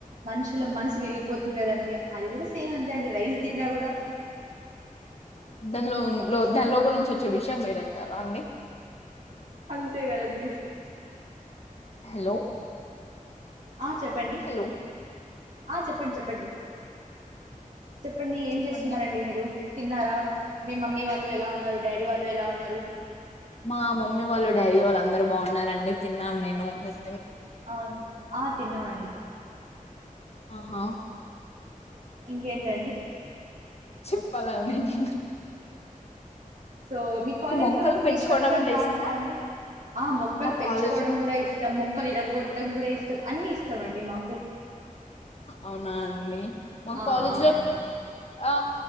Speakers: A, on the right (about 60°); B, on the left (about 45°).
A: మనుషుల మనసు విరిగిపోతుంది కదండి, అది కూడా సేమ్ అంతే అండి రైస్ తిన్నా కూడా
B: దానిలో లో దాని లోపల నుంచి వచ్చే విషయం వేరంటారా అండి
A: అంతే కదండీ
B: హలో
A: ఆ చెప్పండి
B: హలో
A: ఆ చెప్పండి చెప్పండి చెప్పండి ఏం
B: చెప్పండి
A: చేస్తున్నారండి మీరు, తిన్నారా మీ మమ్మీ వాళ్ళు ఎలా ఉన్నారు డాడీ వాళ్ళు ఎలా ఉన్నారు
B: మా మమ్మీ వాళ్ళు డైరీ వాళ్ళు అందరుూ బాగున్నారండి తిన్నాను నేను మీర్
A: అవునా ఆ తిన్నామండి
B: ఆహా
A: ఇంకేంటండి
B: చెప్పాలా నే న్
A: సో మీ కాలేజ్
B: మొక్కలు
A: లో ఫీ
B: పెంచుకోవడం
A: స్ట్రక్చర్
B: అంటే
A: బాగుంటదండి,
B: ఇష్టమా
A: ఆ మొక్కలు
B: మా
A: పెంచుకోవడం
B: కాలేజ్ లో
A: కూడా ఇష్టం, మొక్కలు ఇరగొట్టడం కూడా ఇష్టం, అన్ని ఇష్టం అండి మాక్ కు
B: అవునా అండి మా
A: ఆ
B: కాలేజీ
A: అవునండి
B: లో ఆ